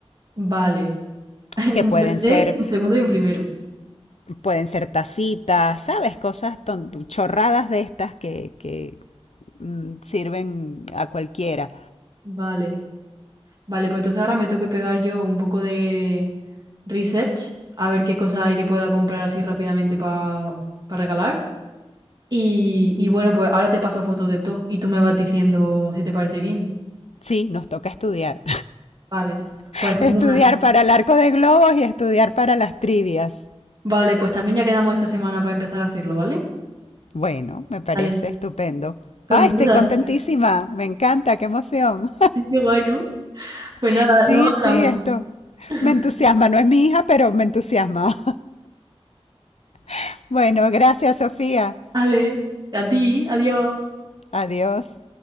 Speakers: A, on the right; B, on the left.
A: Vale. <laughs> Un
B: que pueden
A: tercer,
B: ser
A: un segundo y un primero.
B: pueden ser tacitas, ¿sabes? Cosas chorradas de estas que, que mm, sirven a cualquiera.
A: Vale. Vale, pues entonces ahora me tengo que pegar yo un poco de research, a ver qué cosa hay que pueda comprar así rápidamente para regalar. Y, y bueno, pues ahora te paso fotos de todo y tú me vas diciendo si te parece bien.
B: Sí, nos toca estudiar.
A: Vale,
B: <laughs>
A: pues genial.
B: estudiar para el arco de globos y estudiar para las trivias.
A: Vale, pues también ya quedamos esta semana para empezar a hacerlo, ¿vale?
B: Bueno, me parece
A: Vale.
B: estupendo.
A: Pues
B: ¡Ay,
A: muchas
B: estoy
A: gracias.
B: contentísima! Me encanta, qué emoción.
A: <laughs> Qué guay, ¿no? Pues
B: <laughs>
A: nada,
B: sí,
A: luego
B: sí,
A: hablamos.
B: esto.
A: <laughs>
B: Me entusiasma, no es mi hija, pero me entusiasma. <laughs> bueno, gracias, Sofía.
A: Vale, a ti, adiós.
B: Adiós.